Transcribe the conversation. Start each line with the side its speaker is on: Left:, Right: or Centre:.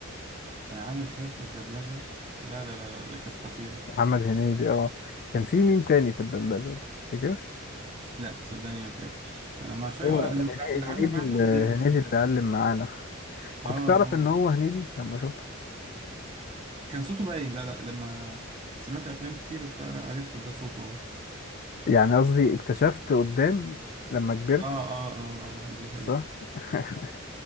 Right: انا عامل حته دبلجه لا لا لا لا ده كانت خطيره
Left: محمد هنيدي اه كان في مين تاني في الدبلجة متفتكرش
Right: لا صدقني ما فاكر انا مش فاكر
Left: هو هن-
Right: اللي اللي علم
Left: هنيدي
Right: معايا
Left: اللي
Right: محمد هنيدي
Left: هنيدي
Right: صوته
Left: اللي علم معانا كنت
Right: اه
Left: تعرف
Right: اه
Left: ان هو هنيدي لما شفته
Right: كان صوته باين لا لا لما سمعت افلام كتير وبتاع لا عرفت ده صوته اه
Left: يعني قصدي اكتشفت قدام لما كبرت
Right: اه اه اه دي حقيقه
Left: صح <laughs>